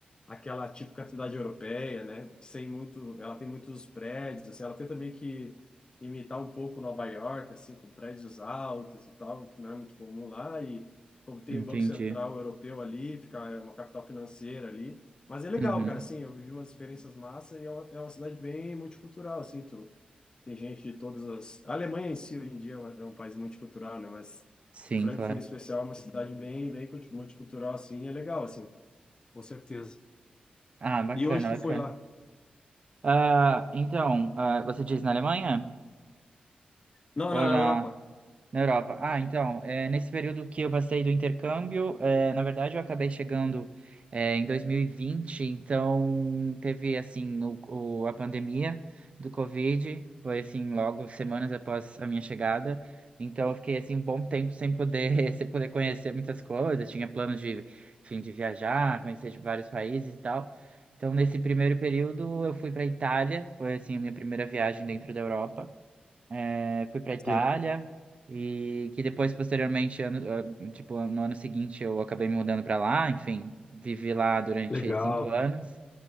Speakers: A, on the left; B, on the right.
A: aquela típica cidade europeia, né? Que sem muito, ela tem muitos prédios, assim, ela tenta meio que imitar um pouco Nova York, assim, com prédios altos e tal, que não é muito comum lá e como tem
B: entendi.
A: o Banco Central Europeu ali, fica é uma capital financeira ali. Mas é legal,
B: Uhum,
A: cara, assim, eu vivi umas experiências massa e é uma, é uma cidade bem multicultural, assim, tu tem gente de todas as. A Alemanha em si, hoje em dia, é um é um país multicultural, né? Mas
B: sim,
A: em Frankfurt,
B: claro.
A: em especial, é uma cidade bem, bem culti- multicultural, assim, é legal, assim, com certeza.
B: Ah, bacana,
A: E hoje tu
B: bacana.
A: foi lá?
B: Ah, então, ah, você diz na Alemanha?
A: Não,
B: Ou
A: não, na
B: na
A: Europa.
B: Na Europa. Ah, então, é, nesse período que eu passei do intercâmbio, é, na verdade eu acabei chegando é, em 2020, então teve, assim, o, o- a pandemia do Covid, foi, assim, logo semanas após a minha chegada, então eu fiquei, assim, um bom tempo sem poder, <laughs> sem poder conhecer muitas coisas, tinha planos de, enfim, de viajar, conhecer de vários países e tal, então nesse primeiro período eu fui para Itália, foi, assim, a minha primeira viagem dentro da Europa, é, fui para Itália
A: <laughs> Sim,
B: e que depois posteriormente ano, ah, tipo no ano seguinte eu acabei me mudando para lá enfim vivi lá durante
A: legal.
B: cinco anos